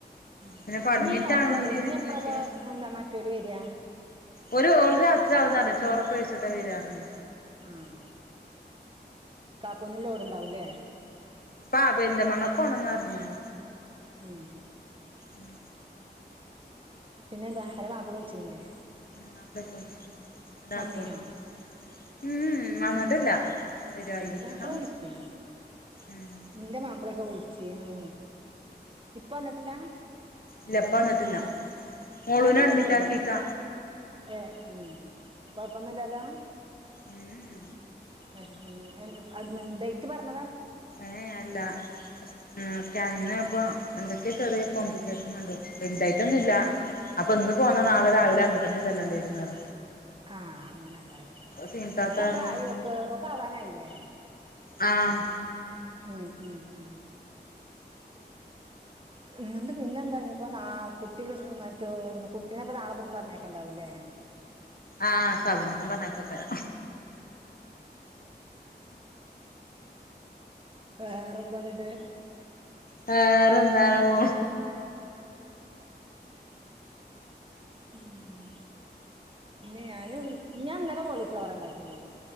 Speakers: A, on the right; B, on the left.
A: ഉം
B: പിന്നെ ഇപ്പ അഡ്മിറ്റ്
A: ഇഞ്ഞീ രാത്രി
B: ആവണത്
A: ആയിലേ
B: ഇതിന്റെയൊക്കെ
A: ഞ്ഞി എപ്പളാപ്പൊ മറ്റോല് വരാ
B: ഓര് ഓള് രാത്രി ആവുന്നറിഞ്ഞ് ചോറൊക്കെവെയിച്ചിട്ടാ വെരാറിഞ്ഞ്.
A: ആഹ് കാക്കൂന് ലോഡ്ണ്ടാവുലേ?
B: ആഹ് പെരിന്തൽമ്മണ്ണക്ക് പോണന്ന് പറഞ്ഞീനു
A: ഉം.
B: ഉം.
A: പിന്നെന്താ <unintelligible> മാപ്പള വിളിച്ചീനില്ലെ?
B: മാപ്പളെക്കെ വിളിച്ചീനി അൻ്റെ
A: വന്നീനോ
B: മാപ്പള വിളിച്ചോ? ഉം ഉം വന്നിട്ടില്ല. വരുവായിരിക്കാം
A: ഉം ഇൻ്റാപ്പള വിളിച്ചീനി
B: ഉം
A: ഇന്റെ മാപ്പളൊക്കെ വിളിച്ചീനൂ, ഇപ്പ വന്ന്ട്ടില്ല?
B: ഇല്ല ഇപ്പ വന്ന്ട്ടില്ല മോളൂനെ
A: മല്ലി
B: അഡ്മിറ്റാക്കീക്കാ
A: പൊടിച്ചോടുന്നോ ഏ ഉം കൊഴപ്പൊന്നുല്ലാല്ലോ?
B: ഉം
A: <unintelligible> ഡേറ്റ് പറഞ്ഞ
B: ഏയ് അല്ല, ഉം. സ്കാനിങ്ങിനോയപ്പോ എന്തൊക്കെ ചെറിയ കോംപ്ലിക്കേഷന്ണ്ട്. വെൽതായിട്ടൊന്നുല്ല,
A: ആ
B: അപ്പൊന്ന് പോന്ന
A: ആ
B: നാളെ രാവിലെ അങ്ങട്ടന്നെ ചെല്ലണ്ടേരുന്നറ
A: ആ അങ്ങനെ ണ്ടായിരാക്കാല്ലേ
B: സീൻത്താത്ത
A: ഇപ്പെത്രായി
B: പറഞ്ഞു
A: ഓക്ക്, ഓക്ക് ആവാനായിലേ?
B: ആഹ്
A: ഉം ഉം ഉം. എന്നിണ്ട് പിന്നെ ന്താനിപ്പോ ന കുട്ടിക്ക് മറ്റോ കുട്ടിനെപ്പോ നാളെ ഇബട്ന്ന് പറഞ്ഞേക്ക്ണ്ടാവൂലേ. <inaudible>
B: ആ <unintelligible> പറഞ്ഞേക്കാക്കാരം.
A: വേറെന്താന്നെട്ട്.
B: വേറെന്താ പോ
A: ഉം. പിന്നെ ഞാന് ഞാൻന്നലെ കോളിഫ്ലവറാണ്ടാക്കീനത്.